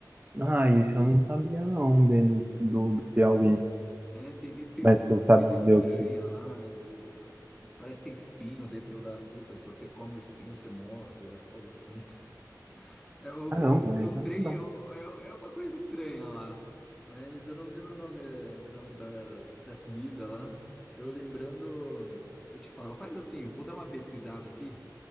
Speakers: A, in the centre; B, on the right (about 25°).
A: Lá
B: Ah,
A: pra aqueles
B: isso
A: lados.
B: eu não sabia não dele,
A: Hum.
B: do, do Piauí.
A: É, É, tem, tem,
B: Mas
A: tem uma
B: você
A: comida
B: sabe
A: estranha
B: dizer o que?
A: lá. eh, Parece que tem espinho dentro da fruta. Se você come o espinho, você morre. é Algo assim. <laughs> É um,
B: Caramba,
A: um,
B: isso
A: um trem,
B: eu não.
A: é, um- é é uma coisa estranha lá. Mas eu não me lembro o nome, nome da, da comida lá. Eu lembrando, eu te falo, faz assim, vou dar uma pesquisada aqui.